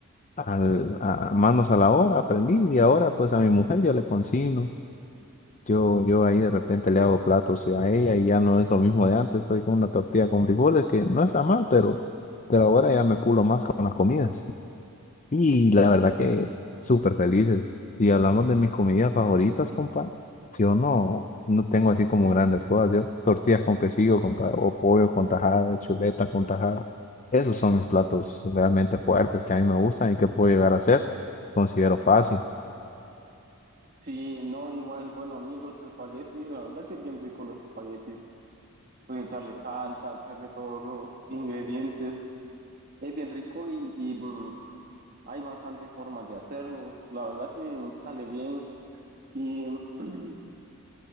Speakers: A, on the left; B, on the right.
A: al, a manos a la obra, aprendí y ahora pues a mi mujer yo le consigno. Yo, yo ahí de repente le hago platos y a ella y ya no es lo mismo de antes, fue con una tortilla con frijoles que no está mal, pero, pero ahora ya me pulo más con las comidas. Y la verdad que súper felices. Y hablamos de mis comidas favoritas, compa. Yo no, no tengo así como grandes cosas. Yo tortillas con quesillo, compa, o pollo con tajada, chuletas con tajada. Esos son mis platos realmente fuertes que a mí me gustan y que puedo llegar a hacer. Considero fácil.
B: Sí, no, igual, bueno, a mí los espaguetis, la verdad que es bien rico los espaguetis. Pueden echarle salsa, echarle todos los ingredientes. Es bien rico y, y, mm, hay bastantes formas de hacerlos. La verdad que sale bien. Y <clears throat>